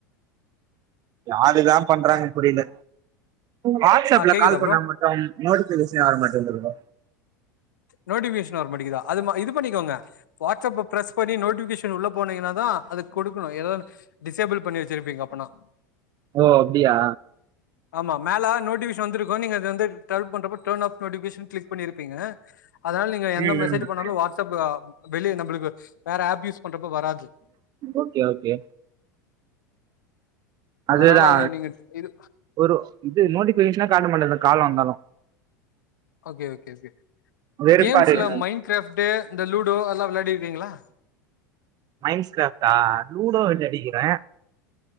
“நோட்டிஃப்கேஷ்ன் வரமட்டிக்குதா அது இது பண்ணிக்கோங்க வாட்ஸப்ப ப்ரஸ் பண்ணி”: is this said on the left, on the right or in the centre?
Left